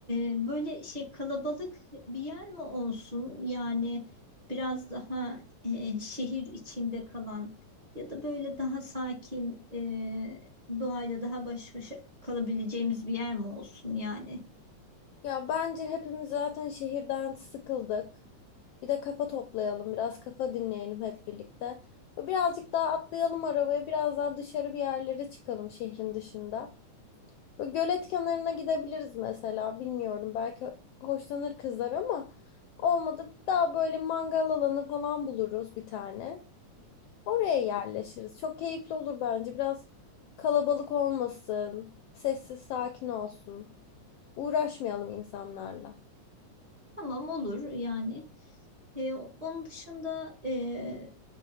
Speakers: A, on the right; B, on the left.
A: e, böyle şey kalabalık bir yer mi olsun? Yani biraz daha e, şehir içinde kalan ya da böyle daha sakin e, doğayla daha baş başa kalabileceğimiz bir yer mi olsun yani?
B: Ya bence hepimiz zaten şehirden sıkıldık. Bir de kafa toplayalım, biraz kafa dinleyelim hep birlikte. Birazcık daha atlayalım arabaya, biraz daha dışarı bir yerlere çıkalım şehrin dışında. Böyle gölet kenarına gidebiliriz mesela. Bilmiyorum belki hoşlanır kızlar ama olmadı daha böyle mangal alanı falan buluruz bir tane. Oraya yerleşiriz. Çok keyifli olur bence. Biraz kalabalık olmasın. Sessiz sakin olsun. Uğraşmayalım insanlarla.
A: Tamam olur yani. E, onun dışında e,